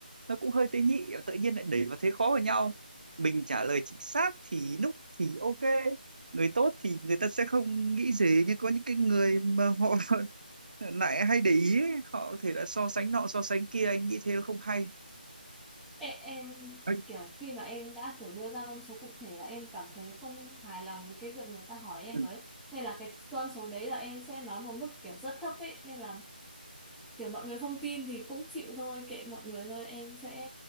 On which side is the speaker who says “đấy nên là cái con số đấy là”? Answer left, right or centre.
Centre